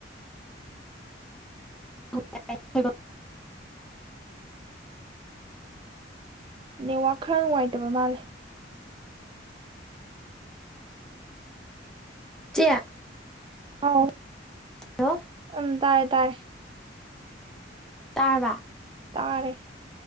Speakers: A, in the centre; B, on the right.
A: <inaudible>
B: ꯅꯦꯠꯋꯥꯛ ꯈꯔ ꯅꯨꯡꯉꯥꯏꯇꯕ ꯃꯥꯜꯂꯦ
A: ꯆꯦ
B: ꯍꯥꯎ
A: ꯂꯣ
B: ꯎꯝ ꯇꯥꯔꯦ ꯇꯥꯔꯦ
A: ꯇꯥꯔꯕ
B: ꯇꯥꯔꯦ